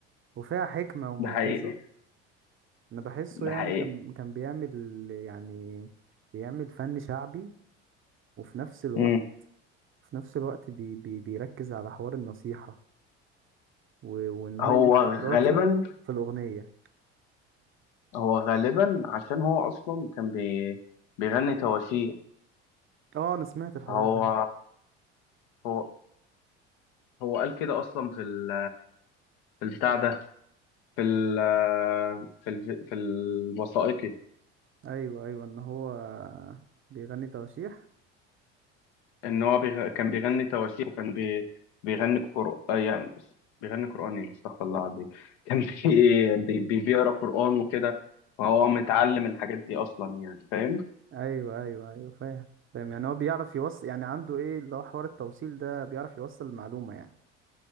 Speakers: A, on the right; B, on the left.
A: وفيها حكمه وموعظه
B: ده حقيقي
A: انا بحسه
B: ده
A: يعني
B: حقيقي
A: كان كان بيعمل يعني بيعمل فن شعبي وفي نفس الوقت
B: مم.
A: في نفس الوقت بي بي بيركز على حوار النصيحه و- وان هو
B: هو
A: ينقل خبراته
B: غالبا
A: في الاغنيه
B: هو غالبا عشان هو اصلا كان بي... بيغني تواشيح
A: اه انا سمعت الحوار
B: هو
A: ده
B: هو هو قال كده اصلا في ال... في البتاع ده في ال... في ال... في الوثائقي
A: ايوه ايوه ان هو بيغني تواشيح
B: ان هو بيغ... كان بيغني تواشيح وكان بي... بيغني قرآن يعني بيغني قرآن ايه استغفر الله العظيم <laughs> كان بي... بي... بيقرا قرآن وكده فهو متعلم الحاجات دي اصلا يعني فاهم
A: ايوه ايوه ايوه فاهم فاهم يعني هو بيعرف يوصل يعني عنده ايه اللي هو حوار التوصيل ده بيعرف يوصل المعلومه يعني